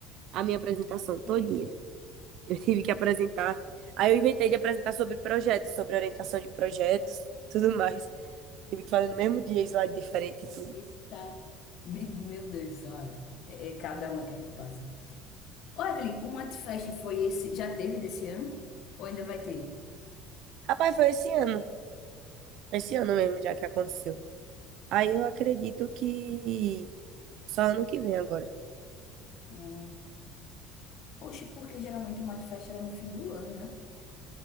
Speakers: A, on the right (about 60°); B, on the left (about 60°).
A: a minha apresentação todinha.
B: Eita,
A: Eu tive que apresentar. Aí eu inventei de apresentar sobre projetos, sobre orientação de projetos e tudo mais. Tive que fazer no mesmo dia, slide diferente e tudo.
B: eita. Me- Meu Deus do céu, é, é cada uma que a gente passa. Ô, Evelyn, o Matfest foi esse, já teve desse ano? Ou ainda vai ter?
A: Rapaz, foi esse ano. Esse ano mesmo, já que aconteceu. Aí eu acredito que só ano que vem agora.
B: Hum. Oxe, porque geralmente o Matfest era no fim do ano, né?